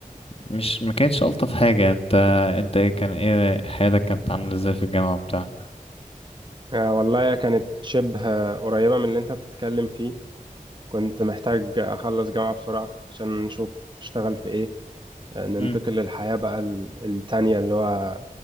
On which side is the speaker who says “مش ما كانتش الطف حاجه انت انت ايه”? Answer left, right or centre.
Left